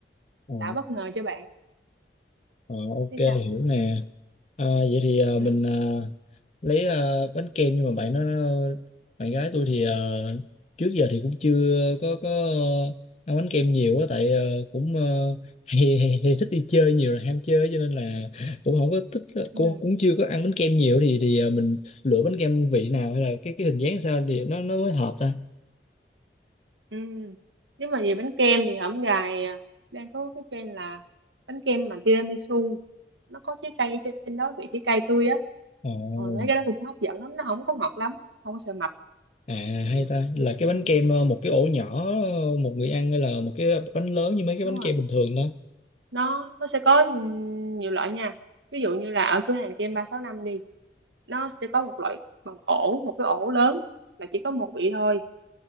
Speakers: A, on the left; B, on the right.
A: ờ,
B: đã bất ngờ cho bạn
A: ờ, ok
B: thế sao
A: hiểu nè À, vậy thì à,
B: ừ
A: mình à, lấy à, bánh kem nhưng mà bạn nó bạn gái tôi thì à, trước giờ thì cũng chưa có có ăn bánh kem nhiều á tại à, cũng uh, <laughs> hay, hay, hay thích đi chơi nhiều là ham chơi cho nên là cũng không có thích
B: ừ
A: cũng cũng chưa có ăn bánh kem nhiều thì thì à, mình lựa bánh kem vị nào hay là cái cái hình dáng sao thì nó nó mới hợp ta.
B: ừ nếu mà về bánh kem thì hổm gài à, đang có cái trend là bánh kem mà tiramisu nó có trái cây ở trên đó vị trái cây tươi á
A: Ồ.
B: ờ thấy cái đó cũng hấp dẫn lắm nó không có ngọt lắm không có sợ mập
A: À hay
B: ừ.
A: ta là cái bánh
B: Ừ,
A: kem ờ, một cái ổ nhỏ ờ, một người ăn hay là một cái bánh lớn như mấy cái
B: đúng
A: bánh
B: rồi
A: kem bình thường đó.
B: nó nó sẽ có nhiều loại nha ví dụ như là ở cửa hàng kem 365 đi nó sẽ có một loại bằng ổ một cái ổ lớn là chỉ có một vị thôi